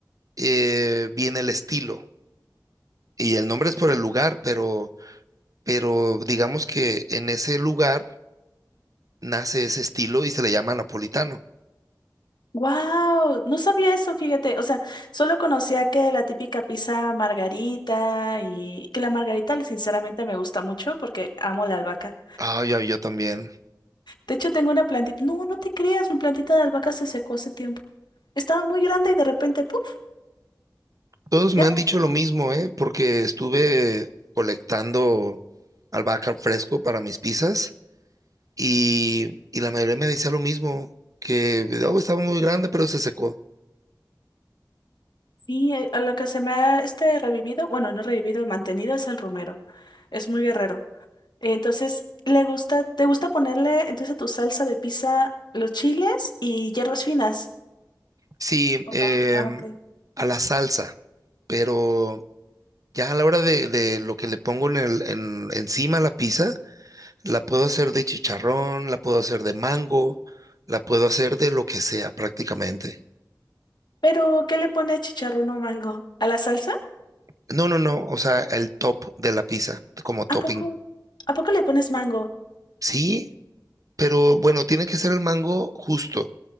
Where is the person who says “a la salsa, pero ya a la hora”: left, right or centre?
Right